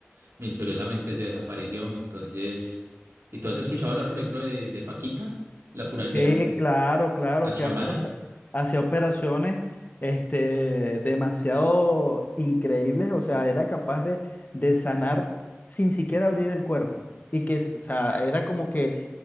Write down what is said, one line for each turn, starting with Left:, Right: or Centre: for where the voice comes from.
Right: misteriosamente se desapareció. Entonces, ¿y tú has escuchado hablar, por ejemplo, de, de Paquita, la curandera,
Left: Sí, claro, claro,
Right: la
Left: que
Right: chamana?
Left: hacía, op- hacía operaciones este, demasiado increíbles, o sea, era capaz de, de sanar sin siquiera abrir el cuerpo. Y que, o sea, era como que,